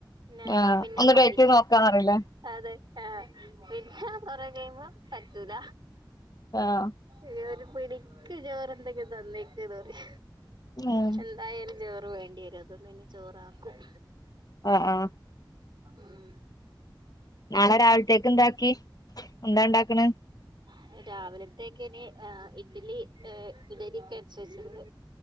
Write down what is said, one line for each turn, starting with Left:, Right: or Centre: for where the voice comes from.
Right: ന്നേ എന്നാ
Left: ആ
Right: പിന്നെ
Left: ഒന്ന്
Right: മതി
Left: ഡേറ്റ് നോക്കാന്നറിയില്ലേ
Right: അതെ ഏഹ് <unintelligible> കൊറെ കയ്യുമ്പോ പറ്റൂല
Left: ആഹ്
Right: ഏഹ് ഒരു പിടിക്ക് ചോറ്ണ്ടെങ്കി തന്നേക്ക്‌ ന്ന് പറിം
Left: ഉം.
Right: എന്തായാല് ചോറ് വേണ്ടിവരും അതോണ്ട് പിന്നെ ചോറാക്കും
Left: ആഹ് ആഹ്
Right: ഉം
Left: നാളെ രാവിൽത്തേക്ക് എന്താക്കി എന്താ ണ്ടാക്ക്‌ണ്
Right: <unintelligible> രാവിലത്തേക്ക്‌ ഇനി ഏഹ് ഇഡ്ഡ്ലി ഏഹ് ഇഡലിക്കരച്ചെച്ച്ക്ക്‌ണ്